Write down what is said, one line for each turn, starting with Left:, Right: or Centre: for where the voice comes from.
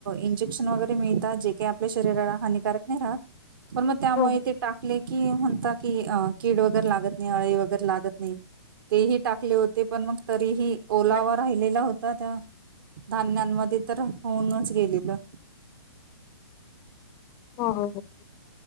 Right: इंजेक्शन वगैरे मिळतात जे काय आपल्या शरीराला हानिकारक नाही राहत पण मग त्यामुळे
Left: हो
Right: ते टाकले कि म्हणता की अ कीड वगैरे लागत नाही अळी वगैरे लागत नाही तेही टाकले होते पण मग तरीही ओलावा
Left: आमच्या
Right: राहिलेला होता त्या धान्यांमध्ये तर होऊनच गेलेलं
Left: हो हो हो.